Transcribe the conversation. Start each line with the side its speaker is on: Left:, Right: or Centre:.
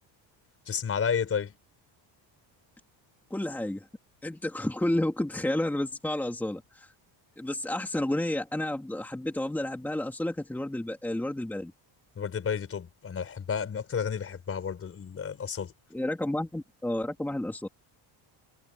Left: تسمع لها ايه طيب
Centre: <laughs> كل حاجه انت ك- كل اللي ممكن تتخيله انا بسمعه لاصاله بس احسن اغنيه انا حبيتها وافضل احبها لاصاله كانت الورد الب... الورد البلدي
Left: ورده باي دي توب انا بحبها من اكتر الاغاني اللي بحبها برضه ال- الاصاله
Centre: رقم واحد اه رقم واحد لاصاله